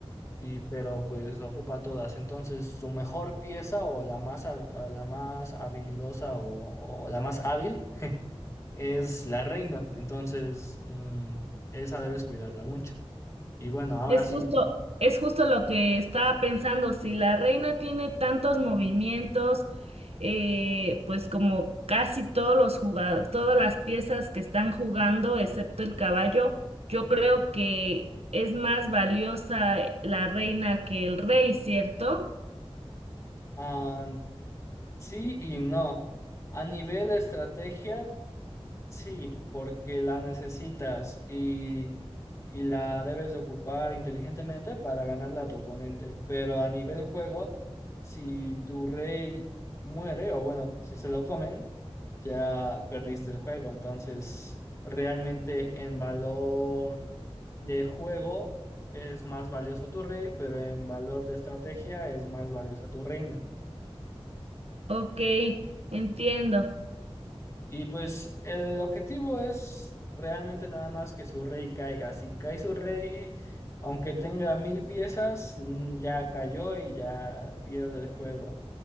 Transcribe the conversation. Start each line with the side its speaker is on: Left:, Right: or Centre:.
Left: y pero pues ocupa todas. Entonces, su mejor pieza o la más, ha- a la más habilidosa o, o la más hábil es la reina. Entonces, mm, esa debes cuidarla mucho. Y bueno, ahora
Right: Es
Left: sí,
Right: justo, es justo lo que estaba pensando. Si la reina tiene tantos movimientos, eh, pues como casi todos los jugadores, todas las piezas que están jugando, excepto el caballo, yo creo que es más valiosa eh, la reina que el rey, ¿cierto?
Left: ah, sí y no. A nivel de estrategia, Sí, porque la necesitas y, y la debes de ocupar inteligentemente para ganarla a tu oponente. Pero a nivel juego, si tu rey muere, o bueno, si se lo comen, ya perdiste el juego. Entonces, realmente en valor de juego es más valioso tu rey, pero en valor de estrategia es más valiosa tu reina.
Right: Ok, entiendo.
Left: Y pues el objetivo es realmente nada más que su rey caiga. Si cae su rey, aunque tenga mil piezas, mm, ya cayó y ya pierde el juego.